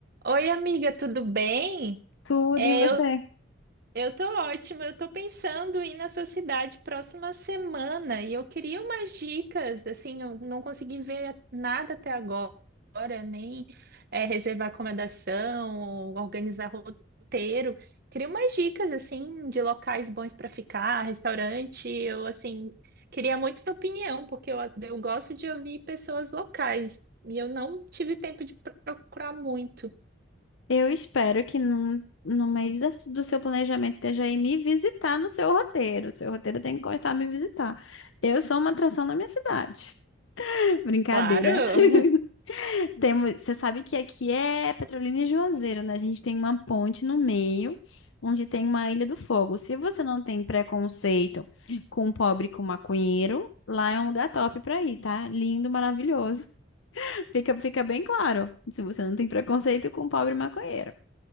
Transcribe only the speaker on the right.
Oi, amiga, tudo bem?
É,
eu, eu tô ótima. Eu tô pensando em ir na sua cidade próxima semana e eu queria umas dicas. Assim, eu não consegui ver nada até agora, nem é, reservar acomodação, ou organizar roteiro. Queria umas dicas, assim, de locais bons para ficar, restaurante. Eu, assim, queria muito sua opinião, porque eu, eu gosto de ouvir pessoas locais e eu não tive tempo de procurar muito.
Claro.